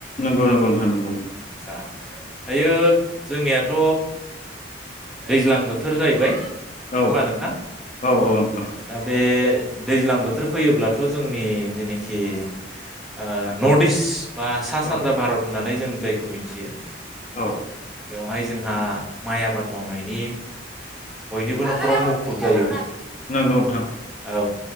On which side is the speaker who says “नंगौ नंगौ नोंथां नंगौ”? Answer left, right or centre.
Left